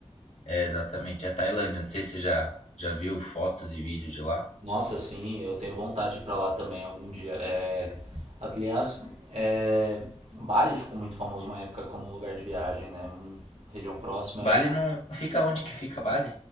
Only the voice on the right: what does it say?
Nossa, sim, eu tenho vontade de ir pra lá também algum dia. É, aliás, é, Bali ficou muito famoso uma época como um lugar de viagem, né? Um- região próxima
aí.